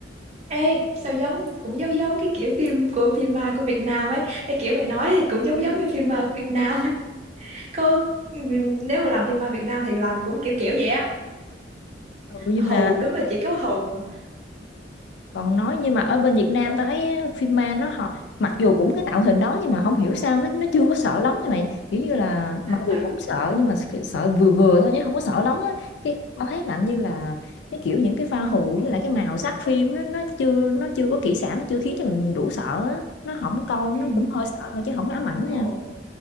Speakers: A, on the right; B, on the left.
A: Ê, sao giống cũng giống giống cái kiểu phim của phim ma của Việt Nam ấy. Cái kiểu mày nói thì cũng giống giống như phim ma của Việt Nam ấy. Có nếu mà làm phim ma Việt Nam thì làm cũng kiểu kiểu vậy á.
B: ừ, nhưng
A: Mà Hù
B: mà
A: đúng là chỉ có hù.
B: còn nói nhưng mà ở bên Việt Nam tao thấy á, phim ma nó họ mặc dù cũng cái tạo hình đó nhưng mà không hiểu sao nó nó chưa có sợ lắm như mày kiểu như là mặc dù
A: Ừ.
B: cũng sợ nhưng mà s- sợ vừa vừa thôi chứ không có sợ lắm á cái tao thấy làm như là cái kiểu những cái pha hù với lại cái màu sắc phim nó nó chưa nó chưa có kỹ xảo nó chưa khiến cho mình đủ sợ á nó không coi nó
A: Ừ.
B: cũng hơi sợ thôi chứ không có ám ảnh nha
A: Ồ.